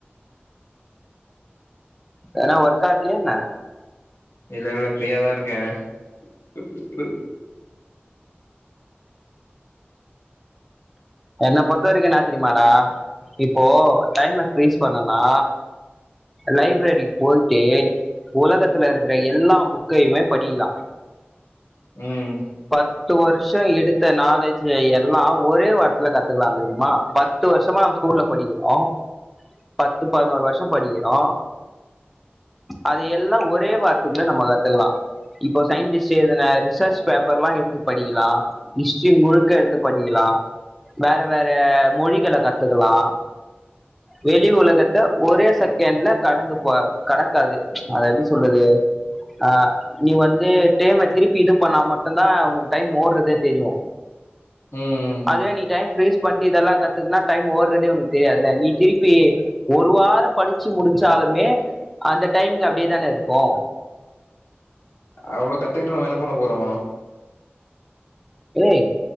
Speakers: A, in the centre; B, on the left.
A: வென்னா ஒர்க்கா இரு க்கியா என்ன?
B: இல்ல இல்ல ஃப்ரீயா தா இருக்கே. இதுக்கு பிறகு
A: என்ன பொறுத்த வரைக்கு என்னா தெரிமாடா இப்போ டைம்ம ஃப்ரீஸ் பண்ணனா லைப்ரரிக்கு போய்ட்டு உலகத்துல இருக்குற எல்லா புக்கையுமே படிக்கலா
B: ம்
A: ப த்து வருஷோ எடுத்த நாலேஜ்ஜ எல்லா ஒரே வ ர்த்துல கத்துக்கலா தெரியுமா பத்து வருஷமா நம்ம ஸ்கூல்ல படிக்கிறோ பத்து பதினோரு வருஷ படிக்கிறோ அத எல்லா ஒரே வாரத்துக்குள்ள நம்ம கத்துக்கலா இப்போ சயின்டிஸ்ட் எழுதுன ரிசர்ச் பேப்பர்லா எடுத்து படிக்கிலா ஹிஸ்ட்ரி முழுக்க எடுத்து படிக்கலா வேற வேற மொழிகள கத்துக்குலா வெளி உலகத்த ஒரே செகண்ட்ல கடந்து போ கடக்காது அத எப்டி சொல்றது ஆ நீ வந்து டேம திருப்பி இது பண்ணா மட்டுதா உனக்கு டைம் ஓட்றதே தெரியு
B: ம்
A: அதுவே நீ ஃப்ரீஸ் பண்ட்டு இதெல்லா கத்துக்குனா டைம் ஓட்றதே உனக்கு தெரியாதுல்ல நீ திருப்பி ஒரு வார படிச்சு முடிச்சாலுமே அந்த டைமிங் அப்டியேதானே இருக்கு
B: அவ்வளோ கத்துக்குட்டு நம்ம என்ன பண்ண போறோ
A: ஏய்